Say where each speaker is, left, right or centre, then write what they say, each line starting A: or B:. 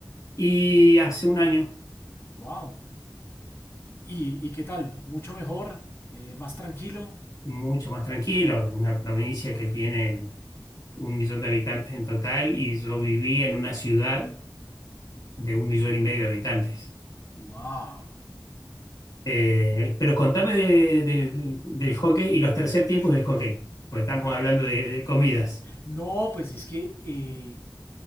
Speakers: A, on the left (about 50°); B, on the left (about 30°).
A: Y hace un año,
B: Wow. ¿Y, y qué tal? ¿Mucho mejor? Eh, ¿más tranquilo?
A: mucho más tranquilo, una provincia que tiene un millón de habitantes en total y yo vivía en una ciudad de un millón y medio de habitantes.
B: Wow.
A: Eh, pero contame de- de- del hockey y los tercer tiempos del hockey, pues estamos hablando de, de comidas.
B: No, pues es que eh,